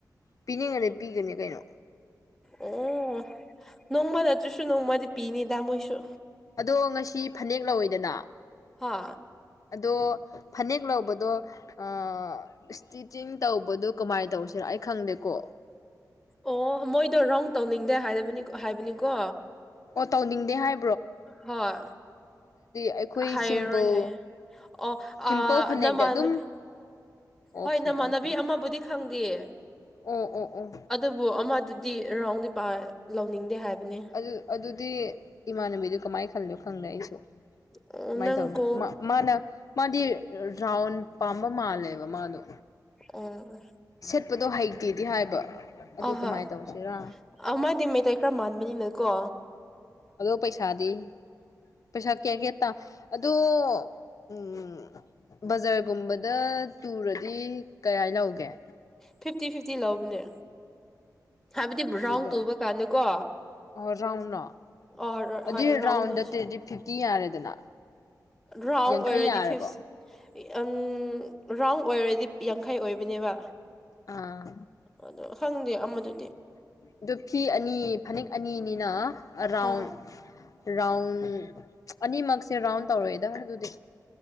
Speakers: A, on the left; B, in the centre.
A: ꯄꯤꯅꯤꯡꯉꯗꯤ ꯄꯤꯒꯅꯤ ꯀꯩꯅꯣ
B: ꯑꯣ ꯅꯣꯡꯃ ꯅꯠꯇ꯭ꯔꯁꯨ ꯅꯣꯡꯃꯗꯤ ꯄꯤꯅꯤꯗ ꯃꯣꯏꯁꯨ
A: ꯑꯗꯣ ꯉꯁꯤ ꯐꯅꯦꯛ ꯂꯧꯋꯦꯗꯅ
B: ꯍꯥ
A: ꯑꯗꯣ ꯐꯅꯦꯛ ꯂꯧꯕꯗꯣ ꯑ ꯏꯁꯇꯤꯆꯤꯡ ꯇꯧꯕꯗꯣ ꯀꯃꯥꯏꯅ ꯇꯧꯁꯤꯅꯣ ꯑꯩ ꯈꯪꯗꯦꯀꯣ
B: ꯑꯣ ꯃꯣꯏꯗꯣ ꯔꯥꯎꯟ ꯇꯧꯅꯤꯡꯗꯦ ꯍꯥꯏꯅꯤ ꯍꯥꯏꯕꯅꯤꯀꯣ
A: ꯑꯣ ꯇꯣꯅꯤꯡꯗꯦ ꯍꯥꯏ
B: ꯍꯣꯏ
A: ꯑꯩꯈꯣꯏ
B: ꯍꯥꯏꯔꯣꯏ
A: ꯁꯤꯝꯄꯜ
B: ꯍꯥꯏꯌꯦꯦ ꯑꯣ
A: ꯁꯤꯝꯄꯜ
B: ꯑ
A: ꯐꯅꯦꯛꯇ
B: ꯅꯃꯥꯟꯅꯕꯤ
A: ꯑꯗꯨꯝ ꯑꯣꯀꯦ
B: ꯍꯣꯏ ꯅꯃꯥꯟꯅꯕꯤ
A: ꯑꯣꯀꯦ
B: ꯑꯃꯕꯨꯗꯤ ꯈꯪꯗꯦꯌꯦ ꯑꯗꯨ
A: ꯑꯣ ꯑꯣ ꯑꯣ
B: ꯑꯗꯨꯕꯨ ꯑꯃꯗꯨꯗꯤ ꯔꯥꯎꯟꯗꯤ ꯂꯧꯅꯤꯡꯗꯦ ꯍꯥꯏꯕꯅꯤ
A: ꯑꯗꯨ ꯑꯗꯨꯗꯤ ꯏꯃꯥꯟꯅꯕꯤꯗꯨ ꯀꯃꯥꯏꯅ ꯈꯜꯂꯣ ꯈꯪꯗꯦ ꯑꯩꯁꯨ
B: ꯑꯣ
A: ꯀꯃꯥꯏꯅ
B: ꯅꯪ
A: ꯇꯧꯒꯅꯣ
B: ꯀꯣꯜ
A: ꯃꯥ ꯃꯥꯅ ꯃꯥꯗꯤ ꯔꯥꯎꯟ ꯄꯥꯝꯕ ꯃꯥꯜꯂꯦꯕ ꯃꯥꯗꯣ
B: ꯑꯣ
A: ꯁꯦꯠꯄꯗꯣ ꯍꯩꯇꯦꯗꯤ ꯍꯥꯏꯕ ꯑꯗꯨ
B: ꯑ
A: ꯀꯃꯥꯏꯅ
B: ꯍꯣꯏ
A: ꯇꯧꯁꯤꯔꯥ
B: ꯑ ꯃꯥꯗꯤ ꯃꯩꯇꯩ ꯈꯔ ꯃꯥꯟꯕꯅꯤꯅꯀꯣ
A: ꯑꯗꯣ ꯄꯩꯁꯥꯗꯤ ꯄꯩꯁꯥ ꯀꯌꯥ ꯀꯌꯥ ꯇ ꯑꯗꯣ ꯎꯝ ꯕꯖꯥꯔꯒꯨꯝꯕꯗ ꯇꯨꯔꯗꯤ ꯀꯥꯏ ꯂꯧꯒꯦ
B: ꯐꯤꯐꯇꯤ ꯐꯤꯐꯇꯤ ꯂꯧꯕꯅꯦ ꯍꯥꯏꯕꯗꯤ ꯔꯥꯎꯟ
A: ꯂꯣ
B: ꯇꯨꯕ ꯀꯥꯟꯗꯀꯣ
A: ꯑꯣ ꯔꯥꯎꯂꯣ
B: ꯑꯣ
A: ꯑꯗꯨ
B: ꯍꯣꯏ ꯔꯥꯎꯟꯗꯣ
A: ꯔꯥꯎꯟꯗꯠꯇꯦꯗꯤ ꯐꯤꯐꯇꯤ ꯌꯥꯔꯦꯗꯅ
B: ꯔꯥꯎꯟ
A: ꯌꯥꯡꯈꯩ
B: ꯑꯣꯏꯔꯗꯤ
A: ꯌꯥꯔꯕꯣ
B: ꯐꯤꯐ ꯌꯥꯝ ꯔꯥꯎꯟ ꯑꯣꯏꯔꯗꯤ ꯌꯥꯡꯈꯩ ꯑꯣꯏꯕꯅꯦꯕ
A: ꯑꯥ
B: ꯑꯗꯣ ꯈꯪꯗꯦ ꯑꯃꯗ
A: ꯑꯗꯨ ꯐꯤ ꯑꯅꯤ ꯐꯅꯦꯛ ꯑꯅꯤꯅꯤꯅ ꯑꯔꯥꯎꯟ
B: ꯍꯥ
A: ꯔꯥꯎꯟ ꯑꯅꯤꯃꯛꯁꯦ ꯔꯥꯎꯟ ꯇꯧꯔꯦꯗ ꯑꯗꯨꯗꯤ